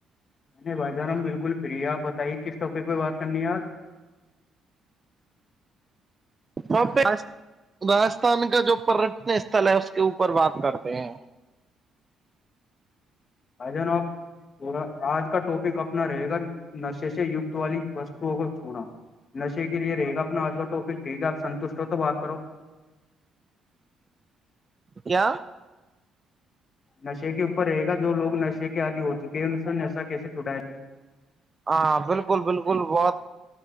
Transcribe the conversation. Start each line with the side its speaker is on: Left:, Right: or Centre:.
Left: نہیں نے بھائی جان ہم بالکل فری ہے آپ بتائیے کس ٹاپک پہ بات کرنی ہے آج
Right: تو راجستان کا جو پٹن استل ہے اس کے اوپر بات کرتے ہیں
Left: آ جان آپ پورا آج کا ٹاپک اب نہ رہے گا نشے سے یت والی وستوؤں کو چھونا نشے کے لیے رہے گا اپنا آج کا ٹاپک ٹھیک ہے آپ ستوشٹ ہو تو بات کرو
Right: کیا
Left: نشے کے اوپر رہے گا جو لگ نشے کے آدی ہو چکے ہیں ان نے نشہ کیسے چھڑایا
Right: ہاں بالکل بالکل بہت